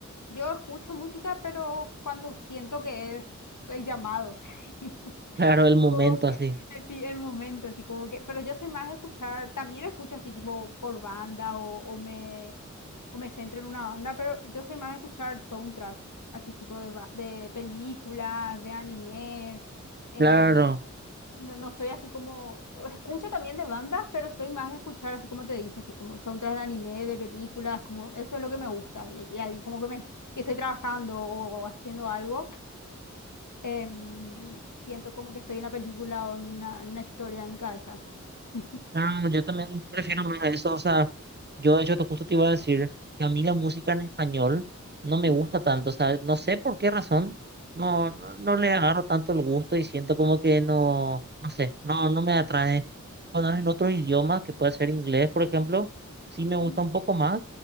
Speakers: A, on the left (about 80°); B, on the right (about 35°).
A: Yo escucho música, pero cuando siento que es el llamado. <laughs>
B: Claro, el momento
A: Como que,
B: así.
A: sí, el momento, así como que, pero yo soy más de escuchar, también escucho así tipo por banda o, o me, o me centro en una banda, pero yo soy más de escuchar soundtracks, así tipo de, ba- de películas, de animes, en-
B: Claro.
A: no, no soy así como, o escucho también de bandas, pero soy más de escuchar así como te dije, así como soundtracks de anime, de películas, como eso es lo que me gusta, y, y ahí como que me, que estoy trabajando o haciendo algo em, siento como que estoy en la película o en una, en una historia en mi cabeza. <laughs>
B: Ah, yo también prefiero más eso, o sea, yo de hecho te- justo te iba a decir que a mí la música en español no me
A: Mm,
B: gusta tanto, o sea, no sé por qué razón, no, no, no le agarro tanto el gusto y siento como que no, no sé, no, no me atrae. Cuando es en otro idioma, que puede ser inglés, por ejemplo, sí me gusta
A: mm,
B: un poco más,